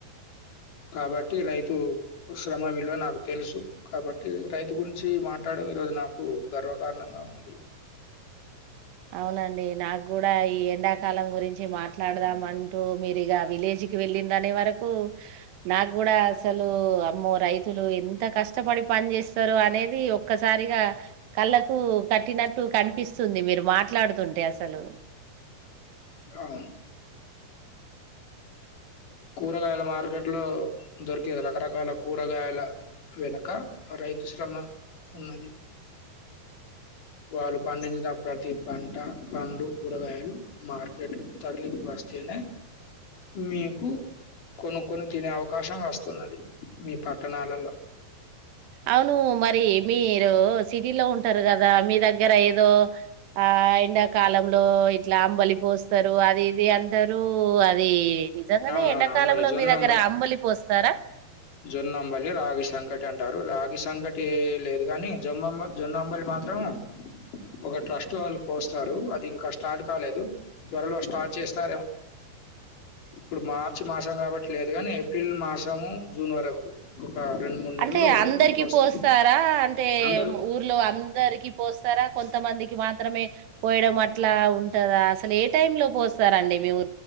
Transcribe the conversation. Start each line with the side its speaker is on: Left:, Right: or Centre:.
Left: కాబట్టి రైతు శ్రమ విలువ నాకు తెలుసు కాబట్టి రైతు గురించి మాట మాట్లాడడం ఈ రోజు నాకు గర్వకారణంగా ఉన్నది
Right: అవునండి నాకు కూడా ఈ ఎండాకాలం గురించి మాట్లాడదాం అంటూ మీరు ఇగ విలేజ్ వెళ్ళరు అనే వరకు నాకు కూడా అసలు అమ్మో రైతులు ఎంత కష్టపడి పని చేేస్తారు అనేది ఒక్కసారిగా కళ్ళకు కట్టినట్టు కనిపిస్తుంది మీరు మాట కొంటే అసలు
Left: అవును కూరగాయల మార్కెట్ లో దొరికేది రకరకాల కూరగాయల వెనుక ఆ రైతు శ్రమ ఉన్నది
Right: <inaudible>
Left: వాళ్ళు పండించిన ప్రతి పంట పండ్లు కూరగాయలు మార్కెట్లు తరలికి వస్తేనే మీ కు కొనుక్కొని తినే అవ అవకాశం వస్తున్నది మీ పట్టణాలలో
Right: అవును. మరి మీరు సిటీ లో ఉంటారు కదా మీ దగ్గర ఏదో ఆ ఎండాకాలాం లో ఇట్లా అంబలి పోస్తారు అది ఇది అంటారు అది నిజంగానే
Left: అవునవును
Right: ఎండాకాలంలో
Left: అంబలి జొన్న
Right: మీ దగ్గర అంబలి పోస్తారా?
Left: జొన్న అంబలి రాగి సంకటి అంటారు రాగి సంకటి లేదు గాని జో మమ్మ జొన్న అంబలి మాత్రం ఒక ట్రస్ట్ వాళ్ళు పోస్తారు అది ఇంకా స్టార్ట్ కాలేదు త్వరలో స్టార్ట్ చేస్తారేమో ఇప్పుడు మార్చి మాసం కాబట్టి లేదు కానీ ఏప్రిల్ మాసము జూన్ వరకు ఒక రెండు మూడు నెలలు
Right: అంటే అందరికి
Left: కోస్తారు
Right: పోస్తారా అంటే
Left: అందరూ
Right: ఊర్లో అందరికి పోస్తారా కొంత కొంతమందికి మాత్రమే పోయడం అట్లా ఉంటదా అసలు ఏ టైమ్ లో పోస్తారండి మీ ఊ